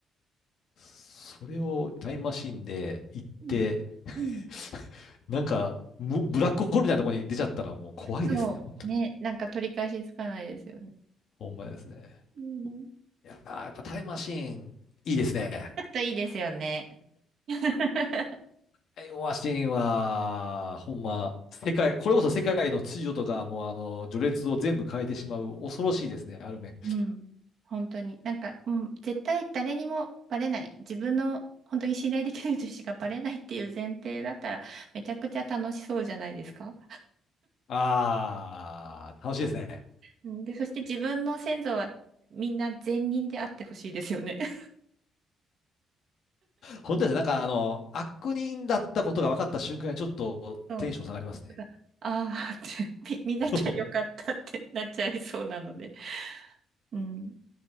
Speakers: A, on the left; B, on the right.
A: それをタイムマシンで行って、
B: うん。うん。
A: <laughs> なんか、むブラックホールみたいなところに出ちゃったらもう怖いですね、
B: そう。
A: 本当。
B: ね。なんか取り返しつかないですよね。
A: ほんまですね。
B: うん。
A: あー、やっぱタイムマシーン、いいですね。
B: ちょっといいですよね。<laughs>
A: タイムマシーンは、ほんま、世界、これこそ世界の秩序とか、もうあの、序列を全部変えてしまう、恐ろしいですね、ある面。
B: うん。本当に。なんか、うん、絶対誰にもバレない。自分の本当に信頼できる人しかバレないっていう前提だったら、めちゃくちゃ楽しそうじゃないですか。
A: あー、楽しいですね。
B: うんで、そして自分の先祖はみんな善人であってほしいですよね。<laughs>
A: 本当ですね、なんかあの、悪人だったことが分かった瞬間にちょっとテンション下がりますね。
B: そう。ああーって、み見なきゃよかったってなっちゃいそうなので。
A: そう。
B: うん。